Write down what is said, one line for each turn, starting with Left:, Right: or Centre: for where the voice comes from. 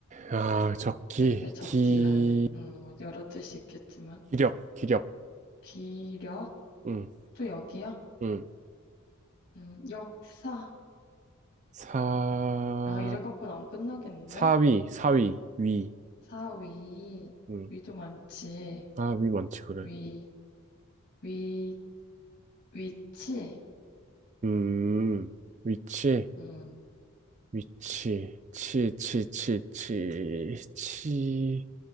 Right: 아, 적기,
Left: 할 때 적기
Right: 기력,
Left: 할래. 응, 뭐 여러 뜻이 있겠지만.
Right: 기력, 기력,
Left: 기력?
Right: 음,
Left: 또 여기야?
Right: 음,
Left: 음 역사.
Right: 사,
Left: 야, 이래 갖고는 안 끝나겠는데?
Right: 사위, 사위, 위.
Left: 사위.
Right: 음.
Left: 위도 많지.
Right: 아, 위 많지, 그래.
Left: 위, 위, 위치.
Right: 음, 위치,
Left: 음
Right: 위치, 치, 치, 치, 치, 치,